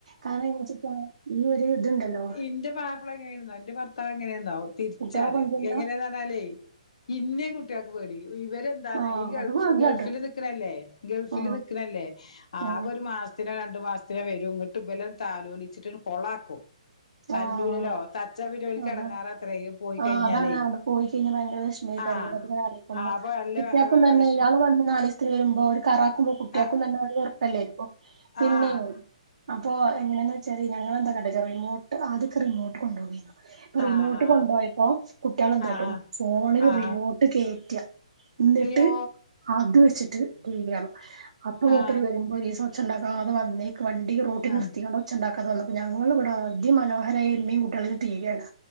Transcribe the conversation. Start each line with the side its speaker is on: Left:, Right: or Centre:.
Right: കാരണം വെച്ചിട്ട ഈ ഒരു ഇതുണ്ടല്ലോ
Left: എന്റെ മാപ്പള എങ്ങനേണന്നോ എന്റെ ഭർത്താവ് എങ്ങനേന്നോ തിരിച്ചാണ്
Right: കുട്ടികളെ കൊഞ്ചുന്ന
Left: എങ്ങനേന്നാ പറഞാലേ ഇന്നേ കുട്ടികൾക്ക് പേടി ഇവരെന്ന് ഇതാണ്
Right: ആ
Left: ഈ ഗൾഗ്
Right: അത് ഭാഗ്യാട്ടോ
Left: ഗൾഫില് നിക്കണേല്ലേ ഗൾഫില്
Right: ആ
Left: നിക്കണേല്ലേ
Right: ആ
Left: ആകെ ഒരു മാസ ചിന രണ്ടു മാസത്തിനു വരും എന്നിട്ട് ഇവല താലോലിച്ചിട്ട് കൊളാക്കും തല്ലൂലല്ലോ
Right: ആഹ്
Left: തച്ചാ പിന്നെ ഓൽക്ക്
Right: അതാണ്
Left: എടങ്ങേറാത്രേ പോയി
Right: ആഹ്
Left: കഴിഞ്ഞാലേ
Right: അതാണ് അവിടെ പോയി കഴിഞ്ഞ ഭയങ്കര വെഷ <unintelligible>
Left: ആഹ്
Right: അത് ഇങ്ങനെ ആലോചിക്കുമ്പോ
Left: ആഹ് അപ്പൊ നല്ല
Right: കുട്ടികൾക്കും തന്നെ
Left: വെഷമം
Right: ഇയാള് വന്ന് കാലി വരുമ്പോ ഒരു കറാക്കുമ്പോ കുട്ടിയാക്കും
Left: ആഹ്
Right: തന്നെ വെറുപ്പല്ലേ പിന്നെ
Left: ആഹ്
Right: അപ്പൊ എങ്ങനെയാന്ന് വെച്ചാല് ഞങ്ങളെന്താ കാട്ടാന്ന് വെച്ച റിമോട്ട് ആദ്യൊകെ റിമോട്ട് കൊണ്ടുപോവിന്നു ഇപ്പൊ
Left: ആഹ്
Right: റിമോട്ട്
Left: ആഹ്
Right: കൊണ്ടുപോയപ്പോ കുട്ടികള് എന്ത്‌
Left: ആഹ്
Right: കാട്ടും
Left: ആഹ്
Right: ഫോണില് റിമോട്ട്
Left: ആഹ്
Right: കേറ്റ്ക എന്നിട്ട്
Left: അയ്യോ
Right: അത് വെച്ചിട്ട് റ്റി വി കാണ്ക അപ്പം മൂപ്പരി
Left: ആഹ്
Right: വരുമ്പോ ഒരീസം ഒച്ചേണ്ടാക്കാതെ വന്നേക്ക് വണ്ടി റോട്ടി
Left: ആഹ്
Right: നിർത്തികൊണ്ട് ഒച്ചേണ്ടാക്കാതെ വന്നപ്പം ഞങ്ങൾ ഇവിടെ അതി മനോഹരായി എന്നേം കുട്ടികളേം റ്റി വി കാണ്ക